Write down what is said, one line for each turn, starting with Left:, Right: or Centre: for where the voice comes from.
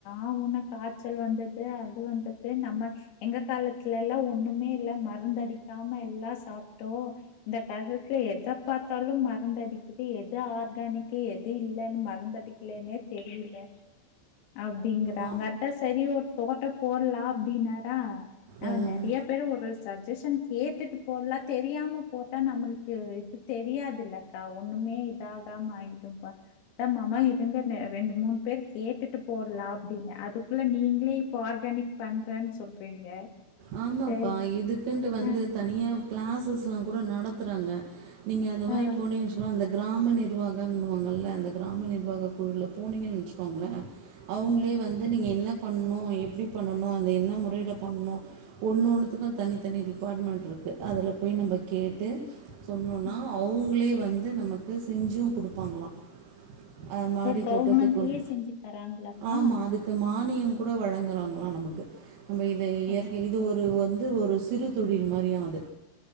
Left: ஆவுன்னா காச்சல் வந்துது அது வந்து து நம்ம எங்க காலத்துல எல்லா ஒண்ணுமே இல்ல மருந்தடிக்காம எல்லா சாப்ட்டோ இந்த காலத்துல எத பாத்தாலு மருந்தடிக்குது எத ஆர்கானிக்கு எது மருந்தடிக்கலேன்னே தெரியில அப்டிங்கறாங்க
Right: ஆ
Left: த சரி ஒ தோட்ட போல்லா அப்டின்னாரா ந
Right: ம்
Left: நெறைய பேரு ஒரு சஜ்ஜஷன் கேட்டுட்டு போல்லா தெரியாம போட்டா நம்மளுக்கு இது தெரியாதுல க்கா ஒண்ணுமே இதாகாம ஆயிடும்பா அ மாமா இருங்க ரெண்டு மூணு பேர் கேட்டுட்டு போல்லா அப்டின்னு அதுக்குள்ள நீங்ளே இப்போ ஆர்கானிக் பண்றன் சொல்றீங்க
Right: ஆமாப்பா
Left: சரி.
Right: இதுக்குன்ட்டு வந்து
Left: அ,
Right: தனியா கிளாஸஸ் எல்லா கூட நடத்துறாங்க நீங்க அந்த மாரி
Left: அ,
Right: போனிங் சொன்னா அந்த கிராம நி ர்வாகம்ன்னுவாங்கள அந்த கிராம நிர்வாக குழுல போனீங்கன் வெச்சுக்கோங்களே அவங்களே
Left: அ,
Right: வந்து நீங்க என்ன பண்ணு எப்டி பண்ணணு அந்த என்ன முறையில பண்ணணு ஒன்னு ஒன்னுத்துக்கு தனித்தனி டிபார்ட்மெண்ட் இருக்கு அதுல போய் நம்ப கேட்டு சொன்னோன்னா
Left: அ.
Right: அவுங்களே வந்து நமக்கு செஞ்சு குடுப்பாங்களா அ மாடி
Left: ஓ! கவர்மெண்ட்லயே
Right: தோட்டத்துக்கொன்
Left: செஞ்சு தராங்களாக்கா?
Right: ஆமா அதுக்கு து மானியம் கூட வழங்குறாங்களா நமக்கு நம்ம இது இயற்க்
Left: ஓஹோ!
Right: இது ஒரு வந்து ஒரு சிறு தொழில் மாரியா அது